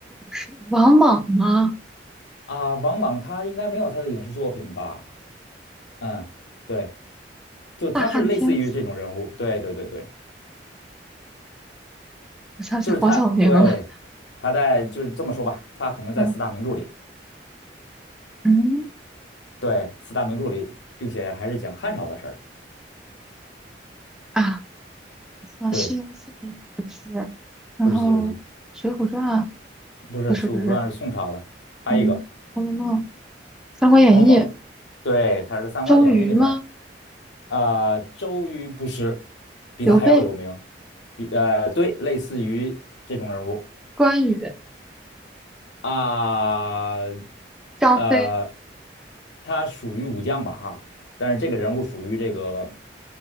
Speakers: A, in the centre; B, on the left (about 80°).
A: 是王莽吗？
B: 啊、王莽他应该没有他的影视作品吧？嗯，对，就他是类似于这种人物。
A: 大汉天子，
B: 对对对对，
A: 我想起黄晓明了。
B: 就是他，对，他在就是这么说吧，他肯定在四大名著里，
A: 嗯嗯
B: 对，四大名著里，并且还是讲汉朝的事儿。
A: 啊，我西游记》不是，
B: 对，
A: 然后《水浒传》啊
B: 不是《西游记》，不是《水浒传》是宋朝的，
A: 不是不是，
B: 还有一个
A: 嗯，《红楼梦》《三国演义》，
B: 《红楼梦》，对，他是在《三国演义》里面。
A: 周瑜吗？
B: 啊，周瑜不是，比他还要有名，
A: 刘备、
B: 比呃对，类似于这种人物
A: 关羽、
B: 啊，
A: 张飞、
B: 呃，他属于武将吧哈，但是这个人物属于这个